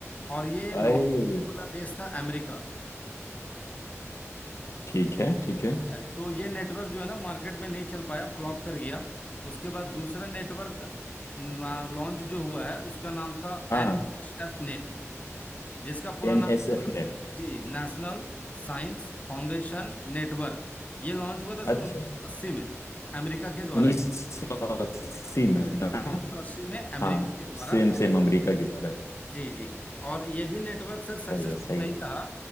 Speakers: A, on the left; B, on the left.
A: और ये
B: आए
A: लॉन्च करने वाला देश था अमेरिका
B: ठीक है ठीक है
A: ठीक है तो ये नेटवर्क जो है ना मार्केट में नहीं चल पाया फ्लॉप कर गया उसके बाद दूसरा नेटवर्क लॉन्च जो हुआ है उसका नाम था
B: हाँ
A: एन
B: हाँ
A: एस एफ नेट जिसका पूरा
B: एन
A: नाम
B: एस एफ
A: था
B: नेट
A: जी नेशनल साइंस फाउंडेशन नेटवर्क ये लॉन्च हुआ था सर
B: अच्छा
A: 1980 में अमेरिका के द्वारा
B: उन्नीस
A: ही
B: सौ अस्सी में ना?
A: 1980 में अमेरिका
B: हाँ
A: के
B: सेम
A: द्वारा
B: सेम
A: एनएसएफ
B: अमेरिका की तरह ही।
A: जी जी और ये भी नेटवर्क सर सक्सेसफुल
B: सही है सही
A: नहीं
B: है
A: रहा